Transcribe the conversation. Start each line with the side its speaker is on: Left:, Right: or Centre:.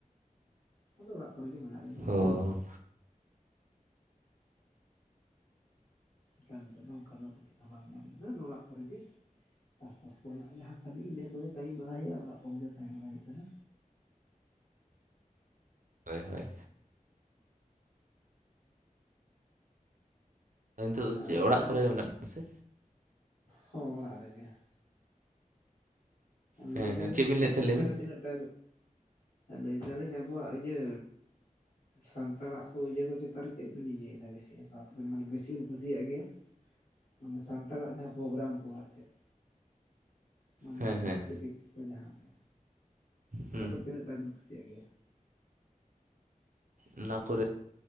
Left: ᱟᱫᱚ ᱚᱲᱟᱜ ᱠᱚᱨᱮ ᱜᱮ ᱢᱮᱱᱟᱜ ᱞᱤᱧᱟᱹ
Right: ᱚ
Left: ᱮᱠᱟᱱ ᱱᱤᱛᱚᱜ ᱫᱚ ᱚᱱᱠᱟᱱᱟᱜ ᱪᱮᱫ ᱦᱚᱸ ᱵᱟᱝ ᱧᱟᱢ ᱞᱮᱫᱟ ᱟᱫᱚ ᱚᱲᱟᱜ ᱠᱚᱨᱮᱜ ᱜᱮ ᱪᱟᱥᱵᱟᱥ ᱠᱚᱨᱮᱱᱟᱜ ᱡᱟᱦᱟᱸ ᱠᱟᱹᱢᱤ ᱤᱱᱟᱹ ᱠᱚᱜᱮ ᱠᱟᱹᱢᱤ ᱵᱟᱲᱟᱭ ᱦᱩᱭᱩᱜᱼᱟ ᱟᱨ ᱚᱲᱟᱜ ᱠᱚᱨᱮ ᱜᱮ ᱛᱟᱦᱮᱸ ᱵᱟᱲᱟᱭ ᱦᱩᱭᱩᱜ ᱠᱟᱱᱟ᱾
Right: ᱦᱳᱭ ᱦᱳᱭ᱾ ᱱᱤᱛᱚᱜ ᱫᱚ
Left: ᱟᱨ
Right: ᱪᱮᱫ
Left: ᱞᱟᱹᱭ
Right: ᱚᱲᱟᱜ
Left: ᱫᱟᱞᱮ
Right: ᱠᱚᱨᱮ ᱢᱮᱱᱟᱜ ᱵᱤᱱᱟ ᱥᱮ᱾
Left: ᱦᱚᱸ ᱚᱲᱟᱜ ᱨᱮᱜᱮ᱾ ᱞᱟᱹᱭ
Right: ᱦᱮᱸ
Left: ᱫᱟᱞᱤᱧ
Right: ᱦᱮᱸ ᱪᱮᱫ ᱵᱤᱱ
Left: ᱤᱭᱟᱹ
Right: ᱞᱟᱹᱭᱮᱫ ᱛᱟᱦᱮᱸ
Left: ᱪᱮᱛᱟᱱ
Right: ᱞᱟᱹᱭ ᱵᱤᱱ
Left: ᱨᱮ ᱛᱤᱱᱟᱹᱜ ᱴᱟ ᱞᱟᱹᱭ ᱫᱟᱞᱤᱧ ᱟᱵᱚᱣᱟᱜ ᱤᱭᱟᱹ᱾ ᱥᱟᱱᱛᱟᱲᱟᱜ ᱚᱡᱮ ᱠᱚ ᱪᱮᱛᱟᱱ ᱨᱮ ᱪᱮᱫ ᱵᱤᱱ ᱤᱭᱟᱹᱭ ᱫᱟ ᱵᱮᱥᱤᱨ ᱵᱷᱟᱜ ᱟᱟᱵᱤᱱ ᱢᱟᱱᱮ ᱵᱮᱥᱤ ᱵᱤᱱ ᱠᱩᱥᱤᱭᱟᱜ ᱜᱮᱭᱟ᱾ ᱢᱟᱱᱮ ᱥᱟᱱᱛᱟᱲᱟᱜ ᱡᱟᱦᱟᱸ ᱯᱨᱳᱜᱨᱟᱢ ᱠᱚ ᱟᱨ ᱪᱮᱫ ᱢᱟᱱᱮ᱾
Right: ᱦᱮᱸ ᱦᱮᱸ
Left: ᱠᱚ ᱡᱟᱦᱟᱸ ᱠᱚ ᱚᱸᱰᱮ
Right: ᱦᱩᱸ
Left: ᱫᱚ ᱛᱤᱱᱟᱹᱜ ᱴᱟᱵᱤᱱ ᱠᱩᱥᱤ ᱭᱟᱜ ᱜᱮᱭᱟ?
Right: ᱚᱱᱟ ᱠᱚᱨᱮ